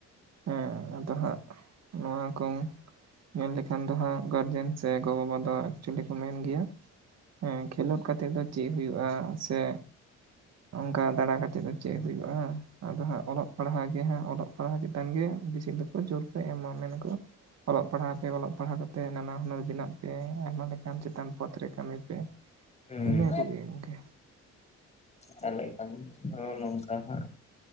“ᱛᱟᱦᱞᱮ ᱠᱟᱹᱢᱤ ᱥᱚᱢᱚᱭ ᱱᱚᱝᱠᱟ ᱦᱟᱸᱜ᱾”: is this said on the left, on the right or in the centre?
Left